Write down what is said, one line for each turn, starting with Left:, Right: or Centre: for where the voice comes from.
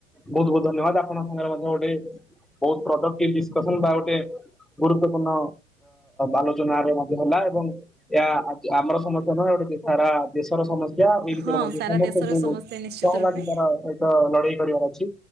Centre: ବହୁତ ବହୁତ ଧନ୍ୟବାଦ ଆପଣଙ୍କ ସାଙ୍ଗରେ ମଧ୍ୟ ଗୋଟେ ବହୁତ ପ୍ରଡକ୍ଟି ଡିସକସନ ବା ଗୋଟେ ଗୁରୁତ୍ୱପୂର୍ଣ୍ଣ ଆଲୋଚନରେ ମଧ୍ୟ ହେଲା ଏବଂ ଏହା ଆମର ସମସ୍ତ ନୁହେଁ ଗୋଟେ ସାରା ଦେଶର ସମ ସମସ୍ତଙ୍କୁ
Right: ହଁ ସାରା ଦେଶର ସମସ୍ୟା ନିଶ୍ଚିତ
Centre: ସହଭାଗୀ
Right: ରୂପେ
Centre: ଦାର ସହିତ ଲଢେଇ କରିବା। କିି